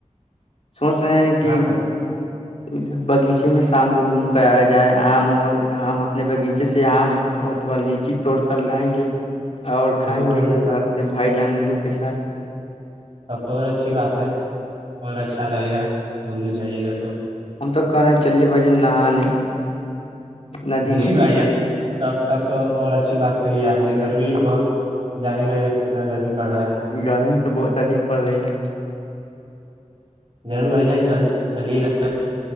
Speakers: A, on the left (about 55°); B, on the right (about 45°).
A: سوچ رہے ہیں
B: یہاں
A: کہ
B: پہ
A: ادھر باغیچے میں شام کو گھوم کر آیا جائے آم اور آپ اپنے باغیچے سے آم اور تھوڑا لیچی توڑ کر لاے گے اور
B: ضرور
A: کھائیں گے
B: بھائی جان تو
A: گھر پہ بھائی جانوروں کے ساتھ
B: تب تو اور اچھی بات ہے اور اچھا لگے گا گھومنے جائیے گا تو
A: ہم تو کہہ رہے چلیے بھائی جان نہانے ندی
B: ج
A: میں
B: بھائی جان تب تب تو اور اچھی بات کہی ہے آپ نے گرمی بھی بہت جان ہی رہے کتنا گرمی پڑ رہا
A: گرمی تو بہت ادھک پڑ رہی ہے
B: ضرور بھائی جان چل چلیے گا